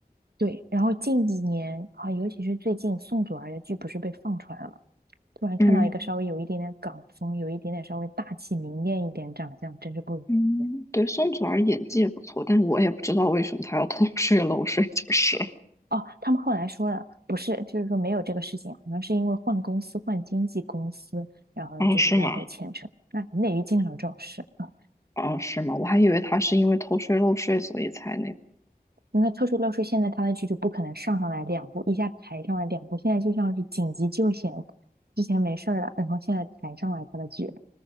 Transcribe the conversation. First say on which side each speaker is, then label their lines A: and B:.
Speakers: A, on the right; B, on the left.
A: 对，然后近几年啊，尤其是最近宋祖儿的剧不是被放出来了吗突然看到一个稍微有一点点港风，
B: 嗯
A: 有一点点稍微大气明艳一点长相，真是不容易。
B: 嗯，对，宋祖儿演技也不错，但我也不知道为什么她要偷税漏税，就是。
A: 哦，他们后来说了，不是，就是说没有这个事情，好像是因为换公司、换经纪公司，然后呢就是来回牵扯。
B: 哦，是吗？
A: 那内娱经常有这种事啊。
B: 哦，是吗？我还以为她是因为偷税漏税所以才那个。
A: 那特殊乐视现在他的剧就不可能上上来两部，一下抬上来两部，现在就像是紧急救险，之前没事儿了，然后现在抬上来他的剧，